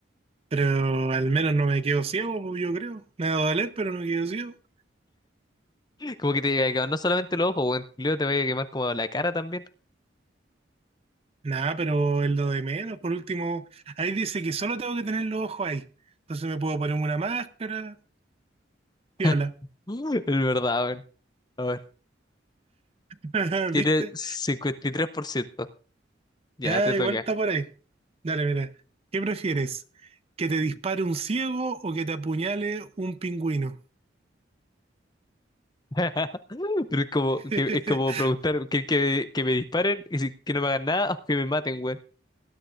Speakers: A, on the right (about 30°); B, on the left (about 20°).
A: Pero al menos no me quedo ciego, pues, yo creo. Me va a doler, pero no quedo ciego.
B: Como que te llega a quemar no solamente los ojos, weón. Luego te va a quemar como la cara también.
A: Nada, pero es lo de menos. Por último, ahí dice que solo tengo que tener los ojos ahí. Entonces me puedo poner una máscara,
B: <laughs>
A: piola.
B: Es verdad, weón. A ver.
A: <laughs>
B: Tiene
A: ¿Viste?
B: cincuenta y tres por ciento Ya
A: Ah,
B: te
A: igual
B: toca.
A: está por ahí. Dale, mira. ¿Qué prefieres? ¿Que te dispare un ciego o que te apuñale un pingüino?
B: <laughs> Pero es como,
A: <laughs>
B: que, es como preguntar que, que, que me disparen y si- que no me hagan nada o que me maten, weón.